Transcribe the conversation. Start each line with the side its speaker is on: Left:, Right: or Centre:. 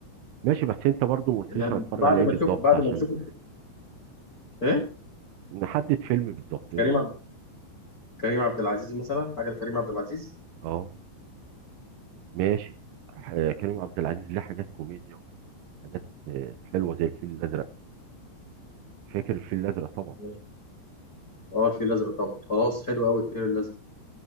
Right: ماشي بس انت برضو ما قلتليش
Left: إحنا
Right: هنتفرج
Left: بعد
Right: على ايه
Left: ما
Right: بالظبط
Left: نشوف بعد
Right: عشان
Left: ما نشوف ايه
Right: نحدد فيلم بالظبط ايه
Left: كريم
Right: رايك
Left: عبد كريم عبد العزيز مثلا حاجه لكريم عبد العزيز
Right: اه ماشي آه، كريم عبد العزيز ليه حاجات كوميديا وحاجات آه، حلوه زي الفيل الازرق فاكر الفيل الازرق طبعا
Left: ماشي. اه الفيل الازرق طبعا خلاص حلو قوي الفيل الازرق